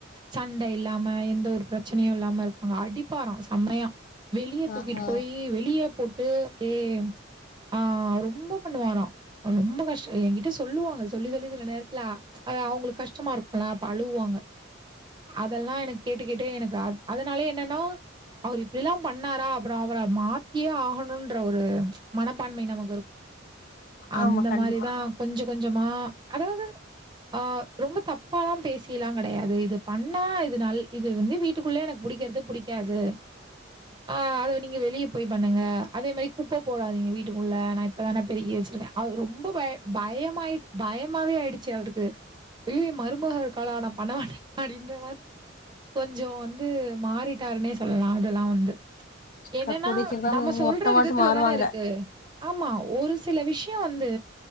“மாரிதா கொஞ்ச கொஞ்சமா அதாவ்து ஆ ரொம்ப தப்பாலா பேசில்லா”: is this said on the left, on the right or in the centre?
Right